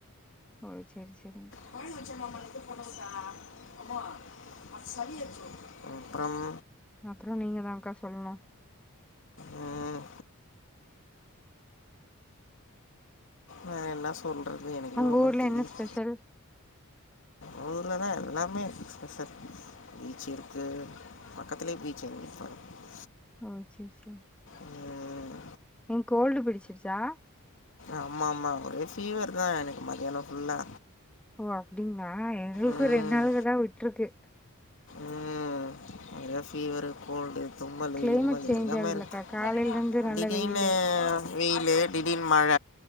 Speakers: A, in the centre; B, on the left.
A: ஓ செரி செரிங்க
B: கொழந்த வெச்ச மாமாளுக்கு பொண்ண குத்தா அம்மா அத் சளி எத்துரோ அப்புறம்
A: அப்புறோ நீங்கதாங்கா சொல்ணோ
B: ம், வேற என்ன சொல்றதுனு எனக்கே
A: உங்க
B: ஒன்னோ
A: ஊர்ல
B: தெரியுல
A: என்ன ஸ்பெஷல்?
B: ஊ ஊர்லதா எல்லாமே ஸ்பெஷல் பீச் இருக்கு பக்கத்துலயே பீச் இருக்கு எங்க வீட்டு பக்கத்
A: ஓ செர் செரி
B: ம்
A: ம் கோல்டு பிடிச்சிருச்சா
B: ஆமா ஆமா ஒரே ஃபீவர்தா எனக்கு மதியானோ ஃபுல்லா
A: ஓ அப்டீங்களா எங்குளுக்கோ
B: ம்
A: ரெண்டு நாளுக்குதா விட்ருக்கு
B: ம் ஒரே ஃபீவர்ரு கோல்டு தும்மலு
A: கிளைமேட்
B: இருமலு
A: சேஞ்ச்
B: எல்லாமே
A: ஆகுதுலக்கா
B: இருக்கு
A: காலையில இருந்து நல்ல
B: திடீர்னு
A: வெயிலு
B: வெயிலு திடீர்னு மழ